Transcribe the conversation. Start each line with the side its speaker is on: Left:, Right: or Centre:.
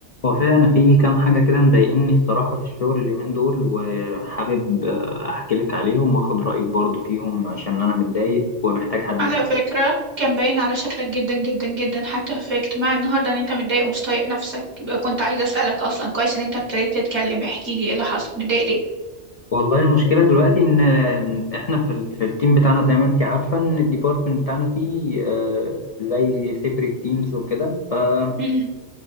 Left: هو فعلا أنا في كام حاجة كده مضايقني الصراحة في الشغل اليومين دول وحابب آه، أحكي لك عليهم وآخد رأيك برضو فيهم عشان أنا متضايق ومحتاج حد
Right: على
Left: يسمع
Right: فكرة كان باين على شكلك جدا جدا جدا حتى في اجتماع النهاردة ان انت متضايق ومش طايق نفسك يبقى كنت عايزة اسألك اصلا كويس ان انت ابتديت تتكلم احكي لي ايه اللي حصل متضايق ليه
Left: والله المشكلة دلوقتي إن آه، إحنا في, ال- في التيم بتاعنا زي ما أنت عارفة إن الديبارتمنت بتاعنا فيه آه، زي سيبريت تيمز وكده فالمفروض
Right: مم.